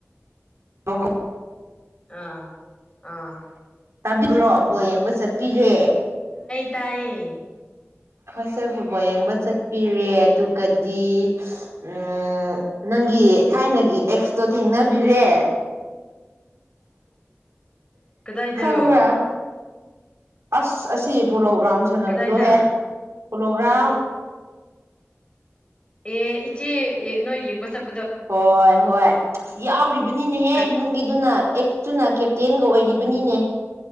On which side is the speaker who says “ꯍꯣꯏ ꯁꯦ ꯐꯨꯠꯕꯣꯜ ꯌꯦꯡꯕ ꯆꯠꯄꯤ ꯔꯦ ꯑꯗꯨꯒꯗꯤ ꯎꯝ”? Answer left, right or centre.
Right